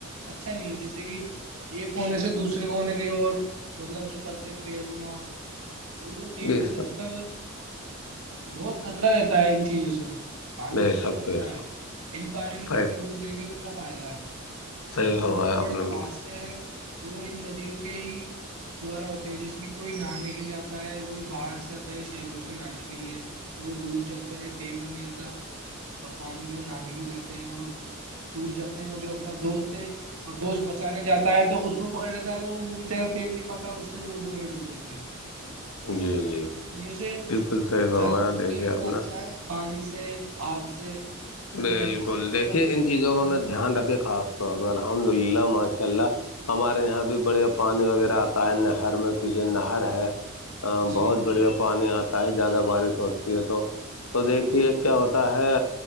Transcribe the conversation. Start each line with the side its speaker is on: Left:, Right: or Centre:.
Right: اچھا نہیں ہے جیسے کہ ایک کونے سے دوسرے کونے کی اور مطلب جو کرتے تیرنا وہ تیرنے
Left: بے
Right: سے
Left: شک
Right: مطلب بہت خطرہ رہتا ہے ان چیزوں سے پانیوں
Left: بے
Right: سے
Left: شک
Right: تو خطرہ
Left: بے شک
Right: ہے ان پانیوں سے
Left: صحیح
Right: جتنا دور رہیں گے اتنا فائدہ ہے
Left: صحیح
Right: کی
Left: فرمایا
Right: بڑے
Left: آپ
Right: بڑے
Left: نے
Right: تھے
Left: بالکل
Right: آج ہے وہ ان ندیوں کے ہی دوارا ہوتے ہیں جیسے کہ کوئی نہانے کے لیے آتا آتا ہے کوئی باہر سے آتا ہے شہروں سے نہانے کے لیے تو وہ ڈوب جاتا ہے تیر نہ نہیں آتا اور پانی میں نہانے کےلے جاتے ہیں اور ٹور جاتے ہیں اور جو اپنا دوست ہے اور دوش بچانے جاتا ہے تو اس کو پکڑ لیتا ہے تو وہ بچارہ تیل نہیں پاتا ہے اس سے وہ دگے ڈوب جاتے ہیں
Left: جی جی
Right: ج سے
Left: بالکل صحیح فرمایا
Right: زیادہ ت
Left: دیکھیے
Right: اتنا
Left: آپ
Right: اچھا
Left: نے
Right: ہے پانی سے آگ سے تین
Left: بالکل
Right: تین دو
Left: دیکھیے
Right: یا
Left: ان چیزوں کا
Right: تین
Left: میں دھیان رکھے خاص طور پہ الحمد
Right: ہوئی
Left: للہ
Right: تھی.
Left: ماشاء اللہ ہمارے یہاں بھی بڑھیا پانی وغیرہ آتا ہے نہر میں پیچھے نہر ہے ہاں
Right: جی
Left: بہت بڑھیا پانی آتا ہوتا ہے زیادہ بارش ہوتی ہے تو تو دیکھیے کیا ہوتا ہے